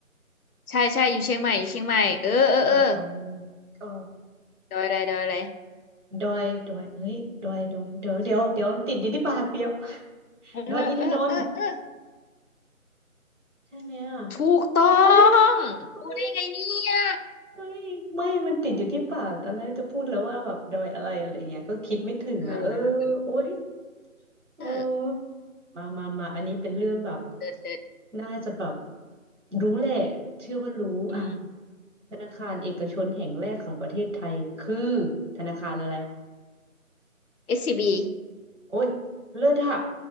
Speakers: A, on the left (about 85°); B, on the right (about 55°).
A: ใช่ใช่อยู่เชียงใหม่อยู่เชียงใหม่เออเออเออ
B: เอออืมก็
A: ดอยอะไรดอยอะไร
B: ดอยดอยเฮ้ยดอยดอยเดี๋ยวเดี๋ยวเดี๋ยวติดอยู่ที่ปากเดียว <laughs>
A: เออเออเออเออ
B: ดอยอินทนนท์ใช่ไหมอ่ะ
A: ถูกต้อ
B: เฮ้ย
A: งรู้ได้ไงเนี่ย
B: เฮ้ยเฮ้ยไม่มันติดอยู่ที่ปากตอนแรกจะพูดแล้วว่าแบบดอยอะไรอะไรเงี้ยก็คิดไม่ถึงอ่ะเออ
A: เออเออ
B: โอ๊ย เออมามามาอันนี้เป็นเรื่องแบบ
A: เออเลิศเลิศ
B: น่าจะแบบรู้แหละเชื่อว่ารู้อ่ะ
A: อืม
B: ธนาคารเอกชนแห่งแรกของประเทศไทยคือธนาคารอะไร
A: SCB
B: โอ้ยเลิศอะ